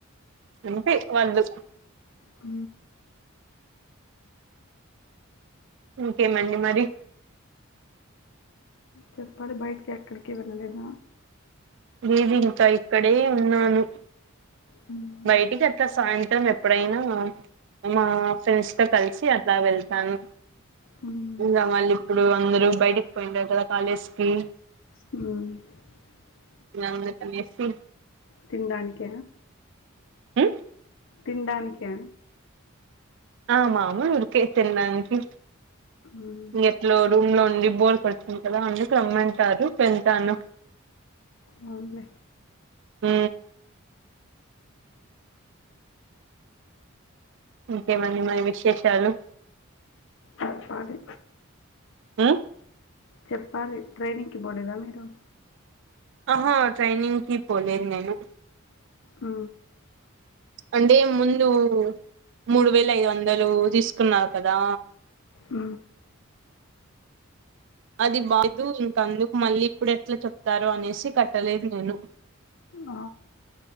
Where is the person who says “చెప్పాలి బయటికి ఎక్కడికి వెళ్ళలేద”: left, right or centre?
Left